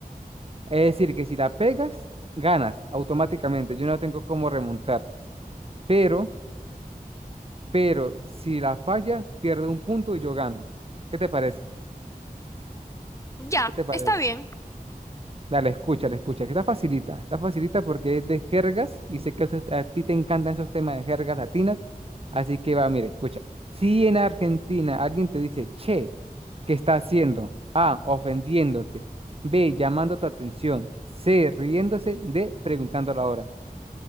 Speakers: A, on the right; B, on the left.
A: Es decir, que si la pegas, ganas automáticamente. Yo no tengo cómo remontar, pero pero si la fallas, pierde un punto y yo gano. ¿Qué te parece?
B: Ujú, Ya,
A: ¿Qué te parece?
B: está bien.
A: Dale, escucha, le escucha. Que está facilita, está facilita porque es de jergas y sé que a usted- a ti te encantan esos temas de jergas latinas. Así que va, mire, escucha. Si en Argentina alguien te dice, che, ¿qué está haciendo? A, ofendiéndote. B, llamando tu atención. C, riéndose. D, preguntando la hora.